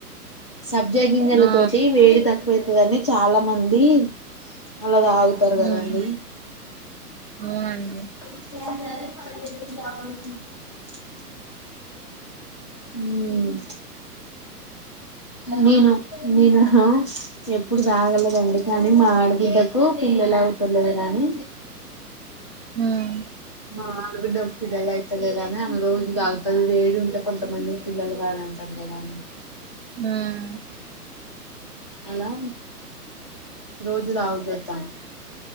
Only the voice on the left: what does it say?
సబ్జాగింజల
తోటి వేడి తక్కువై తదని చాలా మంది అలా తాగుతారు కదండి
ర ప ఉమ్మ్ నేను నేను ఎప్పుడు తాగలేదండి కానీ మా ఆడబిడ్డకు పిల్ల లవుతలేరు అని
మా అడబిడ్డ పిల్లలు అయితలేరనీ ఆమె రోజు తాగుతది వేడి ఉంటే కొంతమంది పిల్లలు కారని అంటారు కదండీ
అలా రోజు తాగుతాది తను